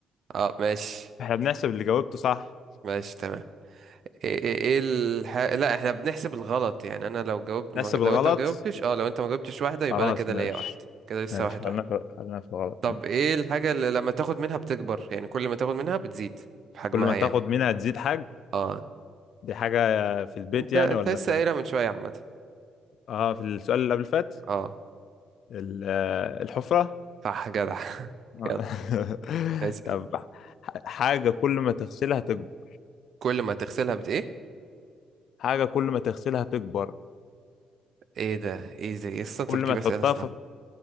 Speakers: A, on the right; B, on the left.
A: اه ماشي
B: احنا بنحسب اللي جاوبته صح
A: ماشي تمام ايه ايه ايه الح... لا احنا بنحسب الغلط يعني انا لو جاوبت ما...
B: نحسب
A: ج-
B: الغلط
A: لو انت ما جاوبتش اه لو انت ما جاوبتش واحدة يبقى
B: خلاص
A: انا كده
B: ماشي
A: ليا واحد كده لسه
B: ماشي
A: واحد
B: خلينا
A: واحد
B: في خلينا في الغلط
A: طب
B: ماشي
A: ايه الحاجة اللي لما تاخد منها بتكبر يعني كل ما تاخد منها بتزيد في حجمها
B: كل ما تاخد
A: يعني
B: منها تزيد حاجة
A: اه
B: دي حاجة في البيت
A: انت
B: يعني
A: انت
B: ولا
A: لسه
B: فين؟
A: قايلها من شوية عامة
B: اه في السؤال اللي قبل اللي فات
A: اه
B: ال- آه، الحفرة
A: صح جدع <laughs>
B: آه.
A: يلا
B: <laughs>
A: اسأل
B: طب ح- حاجة كل ما تغسلها تكبر
A: كل ما تغسلها بت ايه
B: حاجة كل ما تغسلها تكبر
A: ايه ده ايه ده ايه أصل انت
B: كل
A: بتجيب
B: ما تحطها
A: اسئلة صعبة
B: في